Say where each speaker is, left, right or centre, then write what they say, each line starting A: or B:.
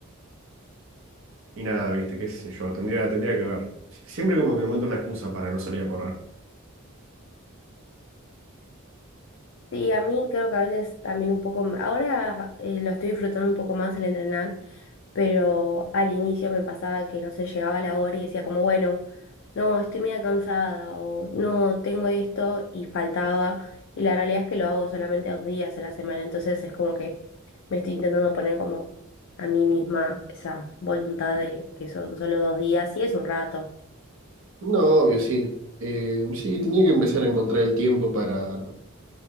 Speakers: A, on the right (about 60°); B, on the left (about 60°).
A: y nada, viste, qué sé yo, tendría, tendría que ver. Sie- Siempre como que encuentro una excusa para no salir a correr.
B: Sí, a mí creo que a veces también un poco, m- ahora eh, lo estoy disfrutando un poco más el entrenar, pero al inicio me pasaba que no sé, llegaba la hora y decía como, bueno, no, estoy media cansada o no, tengo esto y faltaba. Y la realidad es que lo hago solamente dos días a la semana, entonces es como que me estoy intentando poner como a mí misma esa voluntad de que son solo dos días y es un rato.
A: No, obvio, sí. Eh, sí, tenía que empezar a encontrar el tiempo para,